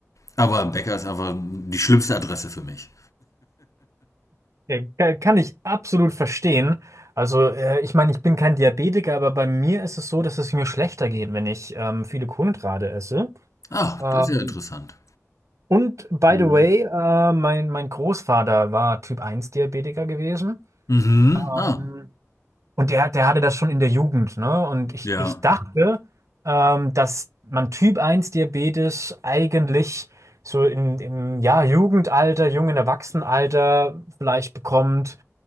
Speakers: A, on the left (about 80°); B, on the right (about 70°).
A: aber Bäcker ist einfach die schlimmste Adresse für mich.
B: Ja, ka- Kann ich absolut verstehen. Also, äh, ich meine, ich bin kein Diabetiker, aber bei mir ist es so, dass es mir schlechter geht, wenn ich ähm, viele Kohlenhydrate esse.
A: Ach,
B: Ähm,
A: das ist ja interessant.
B: und by
A: Mhm.
B: the way, äh, mein, mein Großvater war Typ 1 Diabetiker gewesen.
A: Mhm.
B: Ähm,
A: Ah,
B: Und der, der hatte das schon in der Jugend, ne? Und ich,
A: ja.
B: ich dachte, ähm, dass man Typ 1 Diabetes eigentlich so in, im ja, Jugendalter, jungen Erwachsenenalter vielleicht bekommt,